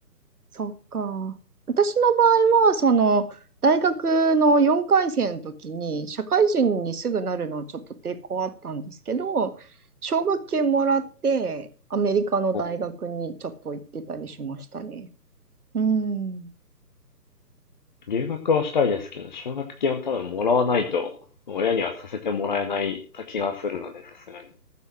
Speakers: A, on the right; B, on the left.
A: そっか。私の場合は、その、大学の4回生の時に、社会人にすぐなるのはちょっと抵抗あったんですけど、奨学金もらって、アメリカの大学にちょっと行ってたりしましたね。
B: お
A: うん。
B: 留学はしたいですけど、奨学金を多分もらわないと、親にはさせてもらえない気がするので、さすがに。